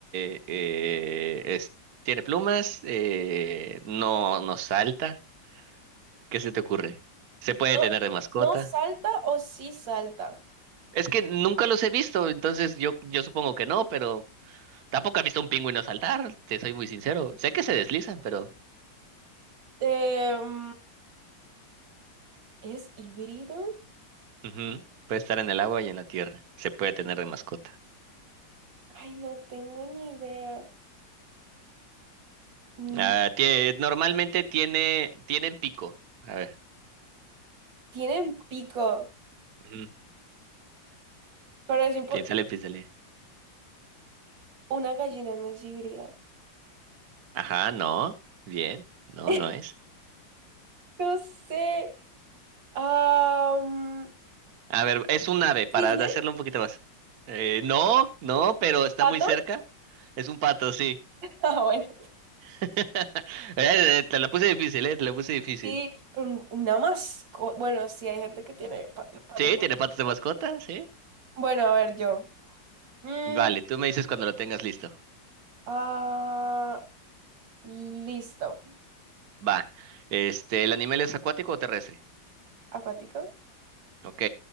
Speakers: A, on the right; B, on the right.
A: eh, eh, es- tiene plumas, eh, no, no salta. ¿Qué se te ocurre? ¿Se puede
B: No,
A: tener de mascota?
B: no salta o sí salta.
A: Es que nunca los he visto, entonces yo, yo supongo que no, pero tampoco he visto un pingüino saltar, te soy muy sincero. Sé que se deslizan, pero
B: Em, ¿es híbrido?
A: ujú, puede estar en el agua y en la tierra. Se puede tener de mascota.
B: Ay, no tengo ni idea. Mm,
A: Ah, tie- normalmente tiene, tienen pico. A ver,
B: Tienen pico,
A: ujú,
B: pero es impo-
A: Piénsale, piénsale.
B: una gallina no es híbrida.
A: Ajá, no, bien, no,
B: <laughs>
A: no es.
B: No sé. ah
A: A ver, es un ave, para
B: ¿Cisne?
A: hacerlo un poquito más. Eh, no, no, pero
B: ¿Un
A: está
B: pato?
A: muy cerca.
B: <laughs>
A: Es un pato, sí.
B: Ah, bueno.
A: <laughs> Eh, Te la puse difícil, eh, te la puse difícil.
B: Sí, pero un- una mascota. Bueno, sí, hay gente que tiene pa-
A: Sí,
B: patos. ¿no?
A: tiene patas de mascota, sí.
B: Bueno, a ver, yo. Mm,
A: Vale, tú me dices cuando lo tengas listo.
B: ah, listo.
A: Va. Este, ¿el animal es acuático o terrestre?
B: ¿Acuático?
A: Ok.